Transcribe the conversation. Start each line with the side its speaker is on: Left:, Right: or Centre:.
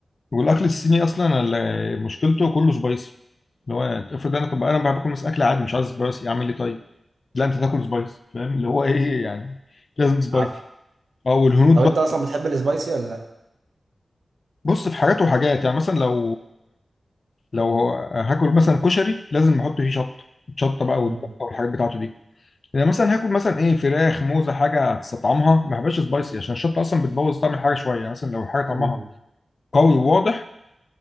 Left: والاكل الصيني اصلا ال- مشكلته كله سبايسي اللي هو افرض انا طب انا باكل مثلا اكل عادي مش عايز سبايسي اعمل ايه طيب لا انت تاكل سبايسي فاهم اللي هو ايه يعني لازم سبايسي
Right: عافيه
Left: اه والهنود
Right: طب انت
Left: بقى
Right: اصلا بتحب السبايسي ولا لا
Left: بص في حاجات وحاجات يعني مثلا لو لو هاكل مثلا كشري لازم احط فيه شطه شطه بقى
Right: امم
Left: والدقه والحاجات بتاعته دي يعني مثلا هاكل مثلا ايه فراخ موزه حاجه هتستطعمها ما بحبش سبايسي عشان الشطه اصلا بتبوظ طعم الحاجه شويه يعني مثلا لو حاجه طعمها
Right: مم.
Left: قوي وواضح